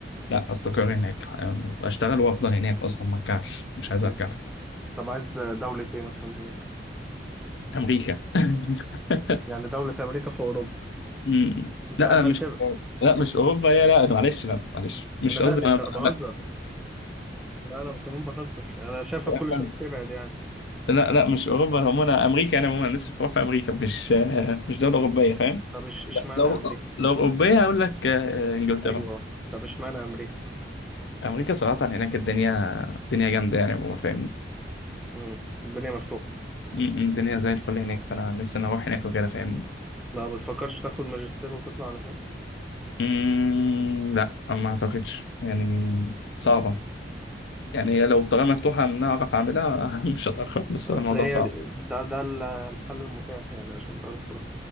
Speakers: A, on the left; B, in the centre.
A: لا استقر هناك يعني واشتغل وافضل هناك اصلا ما ارجعش مش عايز
B: مم.
A: ارجع فاهم
B: طب عايز دولة ايه مثلا هناك
A: امريكا <laughs>
B: يعني دولة في أمريكا في أوروبا
A: مم.
B: أنت
A: لا
B: عمال
A: مش
B: تبعد
A: لا مش اوروبا يا لا معلش لا معلش مش
B: أنا بقلش
A: قصدي انا
B: أنا بهزر
A: لا
B: لا أنا كمان بهزر أنا شايفك
A: <laughs>
B: كل شوية بتبعد يعني
A: لا لا مش اوروبا هم انا عموما امريكا انا عموما نفسي في في امريكا مش آه، مش دوله اوروبيه فاهم
B: طب إش إشمعنى
A: لا، لو
B: أمريكا
A: لو اوروبيه هقول لك آه، انجلترا
B: أيوه طب إشمعنى أمريكا
A: امريكا صراحه هناك الدنيا الدنيا جامده يعني عموما فاهمني
B: مم. الدنيا مفتوحة
A: م- م، الدنيا زي الفل هناك فانا نفسي انا اروح هناك وكده فاهمني
B: ما بتفكرش تاخد ماجستير وتطلع على هناك
A: م، لا أنا ما اعتقدش يعني صعبه يعني هي لو الطريقه مفتوحه ان أنا اعرف اعملها <laughs> مش هتاخر بس
B: أصل
A: هو الموضوع
B: هي
A: صعب
B: دي- ده ده ال- الحل المتاح يعني عشان تعرف